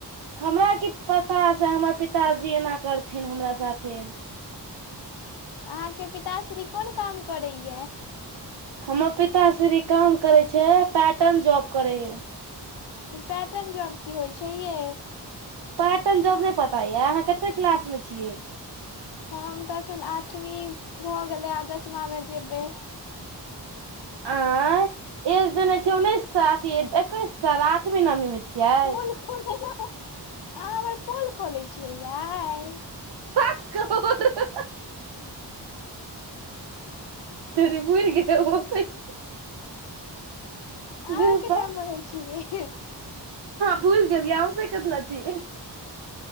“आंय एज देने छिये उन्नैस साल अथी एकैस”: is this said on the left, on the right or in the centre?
Right